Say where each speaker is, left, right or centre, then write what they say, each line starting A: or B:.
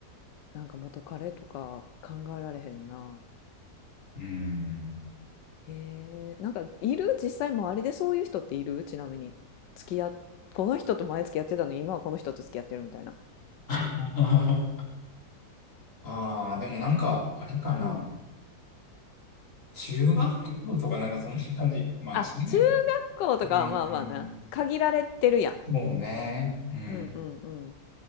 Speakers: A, on the left; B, on the left.
A: なんか元彼とか考えられへんな。
B: うん。
A: えー、なんかいる実際周りでそういう人っているちなみに。付き合っ、この人と前付き合ってたのに今はこの人と付き合ってるみたいな。
B: <laughs> ああー、でもなんか、あれかな。
A: うん。
B: 中学校とかなんかそんな感じ。まあ、
A: あ、
B: しない。
A: 中学校とかはまあまあな。
B: うん
A: 限られてるやん。
B: そうね。うん、
A: うんうんうん。